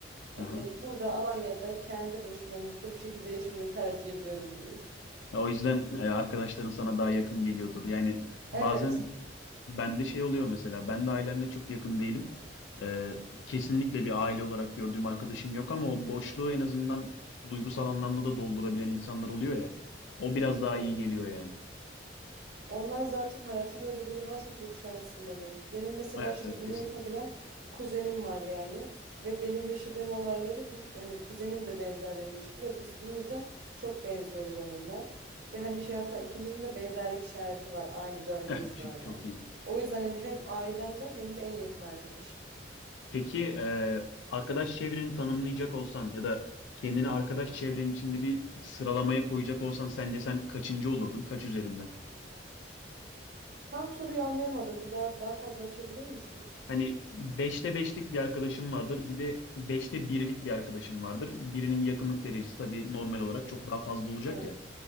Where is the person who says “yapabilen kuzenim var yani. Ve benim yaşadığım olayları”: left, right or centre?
Right